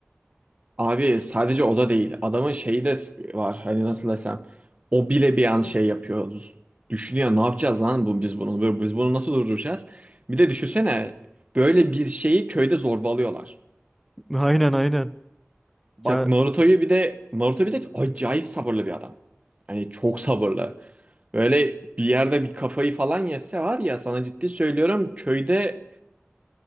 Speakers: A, on the right; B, in the centre.
A: Abi sadece o da değil. Adamın şeyi de sık- var. Hani nasıl desem. O bile bir an şey yapıyor. z- Düşünüyor ne yapacağız lan bu, biz bunu. bu- Biz bunu nasıl durduracağız? Bir de düşünsene. Böyle bir şeyi köyde zorbalıyorlar.
B: Aynen aynen.
A: Bak
B: Ya
A: Naruto'yu bir de Naruto bir de acayip sabırlı bir adam. Hani çok sabırlı. Böyle bir yerde bir kafayı falan yese var ya sana ciddi söylüyorum köyde